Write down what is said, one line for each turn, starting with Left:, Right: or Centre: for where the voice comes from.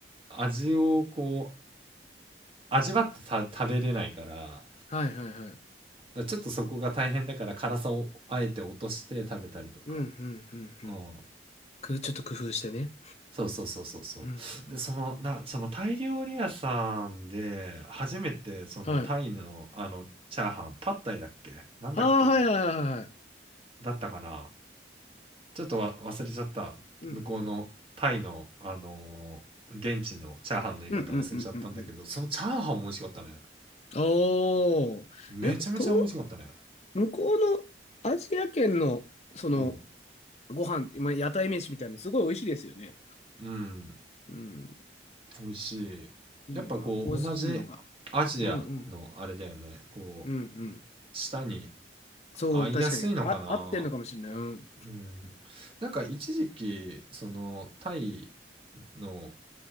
Right: 味をこう、味わってた食べれないから、だか
Left: はい、はい、はい。
Right: らちょっとそこが大変だから辛さをあえて落として食べたりとか。
Left: うん、うん、うん、うん。
Right: うん。
Left: く、ちょっと工夫してね。
Right: そうそうそうそうそう。
Left: うん、うん。
Right: で、その、な、そのタイ料理屋さんで、初めてそのタイの、
Left: はい。
Right: あの、チャーハン、パッタイだっけなんだっけ
Left: ああ、はいはいはいはい。
Right: だったかなちょっとわ忘れちゃった。
Left: うんうん。
Right: 向こうのタイの、あのー現地のチャーハンの言い方忘れちゃったんだけど、
Left: うんうんうんうんうん。
Right: そのチャーハンも美味しかったね。
Left: おー。
Right: めちゃめちゃ美味しかったね。
Left: え、と、向こうのアジア圏の、その、
Right: うん。
Left: ご飯って、まあ、屋台飯みたいなのすごい美味しいですよね。
Right: うん。
Left: うん。
Right: 美味しい。
Left: いいよな、
Right: やっぱこう、
Left: 香辛料が。
Right: 同じアジアのあれだよね。
Left: うんうん。
Right: こう、
Left: うんうん。
Right: 舌に
Left: そう、
Right: 合いやすいのかな
Left: 確かに。あ、合ってんのかもしれない。うん。
Right: うん、なんか一時期そのタイの